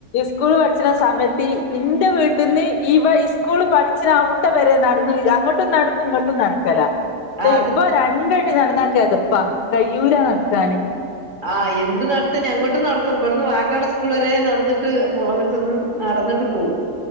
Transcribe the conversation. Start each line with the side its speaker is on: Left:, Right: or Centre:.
Left: സ്കൂൾ പഠിച്ചണ സമയത്ത് ഇൻ്റെ വീട്ടിൽന്ന് ഇവ സ്കൂള് പഠിച്ചാവ വരെ നടന്ന് അങ്ങോട്ടും നടക്കും ഇങ്ങോട്ടും നടക്കല
Right: അത്
Left: ഇപ്പൊ രണ്ടടി നടന്നാ കെ തപ്പാ കയ്യൂല നടക്കാന്
Right: ആഹ എന്ത് നടത്തെനിം അങ്ങോട്ടും നടക്കും ഇവിടുന്ന് വായക്കാട് സ്കൂള വരെ നടന്നിട്ട് മുള വലത്തന്ന് നടന്നിട്ട് പോകും.